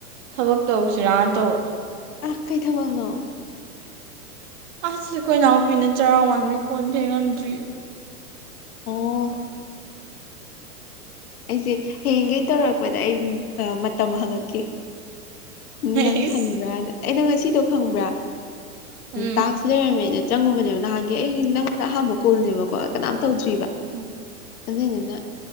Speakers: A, on the right (about 50°); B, on the left (about 70°).
A: ꯊꯕꯛ ꯇꯧꯁꯤꯔꯥꯅ ꯇꯧꯕ
B: ꯑꯥ ꯀꯩ ꯊꯕꯛꯅꯣ
A: ꯑꯁꯈꯣꯏ ꯏꯅꯥꯎꯄꯤꯅ ꯆꯔꯥ ꯋꯥꯟꯕꯩ ꯀꯣꯟ ꯐꯦꯡ ꯉꯝꯗ꯭ꯔꯤ
B: ꯑꯣ ꯑꯩꯁꯦ ꯍꯌꯦꯡꯒꯩ ꯇꯧꯔꯛꯄꯗ ꯑꯩ ꯃꯇꯝ ꯍꯪꯉꯛꯀꯦ ꯎꯝ
A: ꯍꯩꯁ
B: ꯅꯪ ꯁꯥꯜꯂꯤꯕ꯭ꯔꯥ ꯑꯩꯅꯣ ꯉꯁꯤꯗꯣ ꯈꯪꯕ꯭ꯔꯥ
A: ꯎꯝ
B: ꯇꯥꯁꯛ ꯂꯩꯔꯝꯃꯦꯅ ꯆꯪꯉꯨꯕꯅꯦꯕ ꯅꯍꯥꯟꯒꯤ ꯑꯩ ꯅꯪꯉꯣꯟꯗ ꯑꯍꯝꯕ ꯀꯣꯜꯅꯦꯕꯀꯣ ꯀꯅꯥꯝ ꯇꯧꯗ꯭ꯔꯤꯕ
A: ꯎꯝ
B: ꯑꯗꯨꯅꯦꯅ